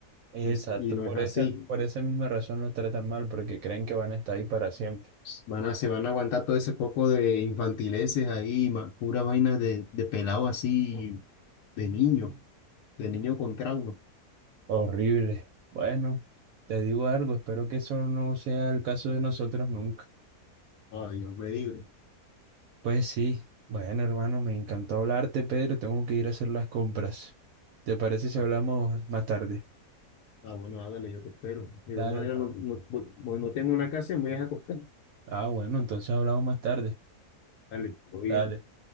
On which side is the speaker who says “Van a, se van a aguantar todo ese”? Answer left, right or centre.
Left